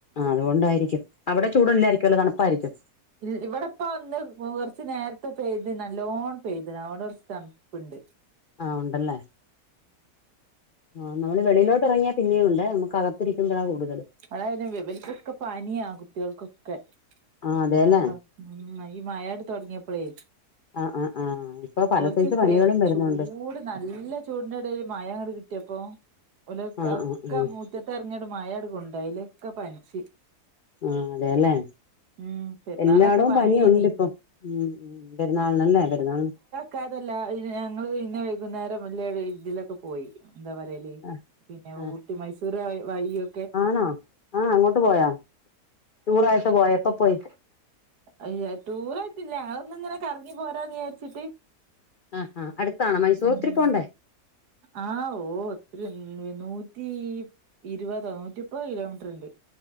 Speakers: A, on the left; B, on the right.
A: അതൊണ്ടായിരിക്കും അവടെ ചൂട് ഇല്ലായിരിക്കുംല്ലോ തണുപ്പായിരിക്കും.
B: ഇൽ ഇവടെപ്പൊ ഒന്ന് കൊർച്ച് നേര്ത്തെ പെയ്ത് നല്ലോൺ പെയ്ത് അഓണ്ട് കൊർച്ച് തൺ പ്ണ്ട്
A: ആഹ് ഉണ്ടല്ലേ ആ നമ്മള് വെളിയിലോട്ട് ഇറങ്ങിയാ പിന്നെയും ഉണ്ട് നമുക്ക്ക രിക്കുംമ്പളാ കൂടുതൽ.
B: ഇവടെയ്‌ന് വിവൽക്കൊക്കെ പനിയാ കുട്ട്യേൾക്കൊക്കെ.
A: ആ
B: <unintelligible>
A: അതേല്ലേ
B: മ്മ്ഹ് ഈ മഴയട് തൊടങ്ങിയപ്പളേയ്.
A: ആഹ് ആഹ് ആഹ് ഇപ്പൊ പല
B: ഓൽക്ക്
A: സൈസ്
B: ഇപ്പേയ്
A: പനികളും വരുന്നുണ്ട്
B: ചൂട് നല്ല ചൂടിന്റെടയില് മഴങ്ങടു കി റ്റപ്പ ല
A: ആഹ്
B: ഒക്കെ
A: ആഹ് ആഹ്
B: മുറ്റത്തെ ഇറങ്ങിടും മയ അടുക്കുണ്ട അതില ഒക്കെ പനിച്ച്
A: ആ അതെല്ലേ
B: ഉം പെരുന്നാളിനൊക്കെ
A: എല്ലാടോം
B: പനിയേനി
A: പനിയുണ്ട് ഇപ്പം ഉ പെരുന്നാളിനല്ലേ പെരുന്നാളിന്
B: കാ അതല്ല ഇങ്ങള് പിന്നെ വൈകുന്നേരം വല്ല ഇതിലെ ക്കെപോയി എന്താ പറയല്
A: ആഹ്
B: പിന്നെ
A: ആഹ്
B: ഊട്ടി മൈസൂർ വഴിയൊ
A: ആണോ ആഹ് അങ്ങോട്ട് പോയാ ടൂറായ്ട്ട് പോയ എപ്പ പോയി
B: അയ് ടൂറായിട്ടില്ല അതൊന്നിങ്ങനെ കറങ്ങി പോരാന്ന് വിചാരിച്ചിട്ട്
A: അഹ് ഹാ അടുത്താണോ മൈസൂർ
B: ഉം
A: ഇത്തിരി പോണ്ടേ?
B: ആഹ് ഓഹ് ഒത്തിരി നൂറ്റി ഇരുവതോ നൂറ്റി മുപ്പത് കിലോമീറ്റർണ്ട്